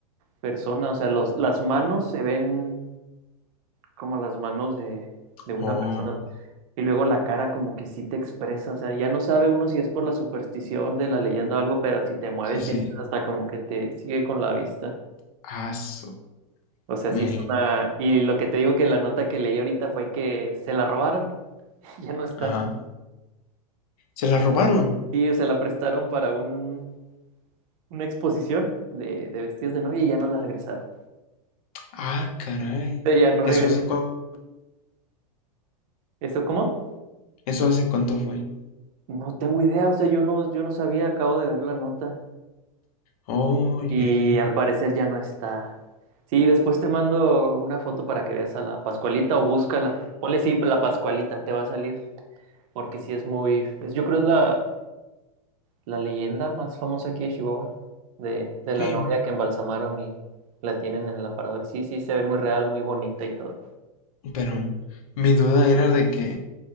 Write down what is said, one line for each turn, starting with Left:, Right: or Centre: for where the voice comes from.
Right: persona, o sea, los, las manos se ven como las manos de, de una
Left: oh,
Right: persona. Y luego la cara como que sí te expresa, o sea, ya no sabe uno si es por la superstición de la leyenda o algo, pero si te mueves
Left: sí, sí.
Right: sientes hasta como que te sigue con la vista.
Left: Aso,
Right: O sea,
Left: me,
Right: sí es una... Y lo que te digo que la nota que leí ahorita fue que se la robaron, <laughs> ya no está.
Left: ajá. ¿Se la robaron?
Right: Sí, se la prestaron para un, una exposición de, de vestidos de novia y ya no la regresaron. O
Left: Ah, caray.
Right: sea, ya no regresó.
Left: ¿Eso hace cu-
Right: ¿Eso cómo?
Left: eso hace cuánto fue?
Right: No tengo idea, o sea, yo no, yo no sabía, acabo de ver la nota.
Left: Oh, ya,
Right: Y
Left: ya.
Right: al parecer ya no está. Sí, después te mando una foto para que veas a la Pascualita o búscala. Ponle sí, la Pascualita, te va a salir. Porque sí es muy. es- yo creo es la, la leyenda más famosa aquí de Chihuahua. De, de
Left: Sí,
Right: la novia que embalsamaron y la tienen en el aparador. Sí, sí, se ve muy real, muy bonita y todo.
Left: pero mi duda era de que